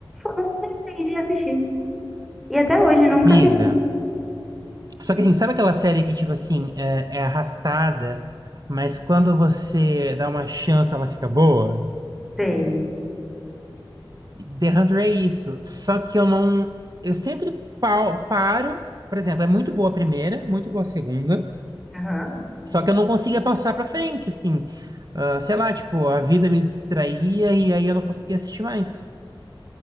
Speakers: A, in the centre; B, on the right (about 45°).
A: não lembrei de assistir. E até hoje
B: Amiga,
A: nunca assisti.
B: só que assim, sabe aquela série que, tipo assim, é, é arrastada, mas quando você dá uma chance, ela fica boa?
A: Sei.
B: The 100 é isso. Só que eu não. Eu sempre pau- paro. Por exemplo, é muito boa a primeira, muito boa a segunda.
A: Aham.
B: Só que eu não conseguia passar pra frente, assim. Ah, sei lá, tipo, a vida me distraía e aí eu não conseguia assistir mais.